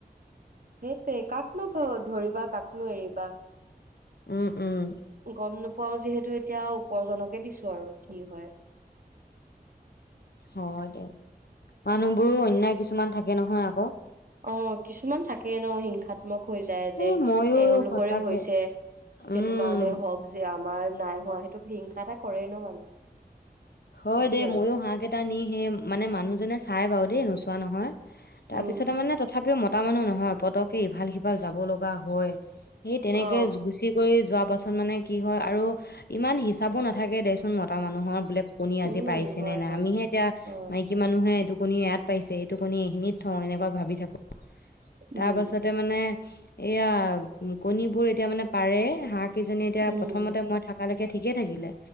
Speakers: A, on the right (about 55°); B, on the left (about 70°).
A: সেইটোৱে কাকনো ধৰিবা, কাকনো এৰিবা।
B: উম উম।
A: গম নোপোৱাও, যিহেতু এতিয়া ওপৰজনকে দিছো আৰু কি হয়।
B: হয় দে, মানুহবোৰো অন্যায় কিছুমান থাকে নহয় আ
A: অ' কিছুমান থাকে ন হিংসাত। মক হৈ যায় যে
B: এই ময়ো
A: এওঁলোকৰে
B: সঁচাকে
A: হৈছে
B: উম,
A: সেইটো কাৰণে হওক। যে আমাৰ নাই হোৱা, সেইটো হিংসা এটা কৰেই ন মানুহ।
B: হয়
A: সেইটোয়ে
B: দেই, ময়ো
A: আৰু
B: হাঁহ কেইটা নি সেই মানে মানুহজনে চাই বাৰু দেই নোচোৱা নহয়। তাৰপিছতে
A: উম
B: মানে তথাপিও মতা মানুহ নহয় পতককে ইফাল-সিফাল যাব লগা হয়। সেই তেনেকে
A: অ
B: গুচি কৰি যোৱা পাছত মানে কি হয় আৰু ইমান হিচাপো নাথাকে দেচোন মতা মানুহৰ বোলে। কণী আজি
A: উম
B: পাৰিছে
A: হয়
B: নে নাই,
A: হয়
B: আমিহে এতিয়া
A: অ
B: মাইকী মানুহে এইটো কণী ইয়াত পাৰিছে। সেইটো কণী নি থওঁ, এনেকুৱা ভাবি থাকো
A: উম
B: তাৰ পাছতে মানে এয়া কণীবোৰ এতিয়া মানে পাৰে হাঁহ কিজনীয়ে এতিয়া
A: উম
B: প্ৰথমতে মই থাকালৈকে ঠিকে থাকিলে